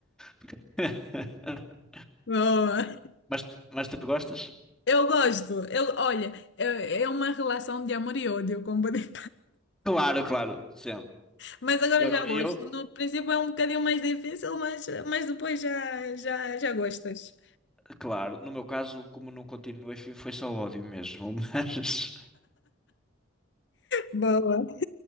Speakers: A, in the centre; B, on the left.
A: <laughs>
B: Boa!
A: Mas, mas tu gostas?
B: Eu gosto. Eu, olha, é é uma relação de amor e ódio, como pode <laughs>
A: Claro, claro, sim.
B: Mas agora
A: Eu,
B: já gosto.
A: eu,
B: No princípio é um bocadinho mais difícil, mas, mas depois já, já, já gostas.
A: claro, no meu caso, como não continuei, fui- foi só ódio mesmo, <laughs> mas,
B: Boa.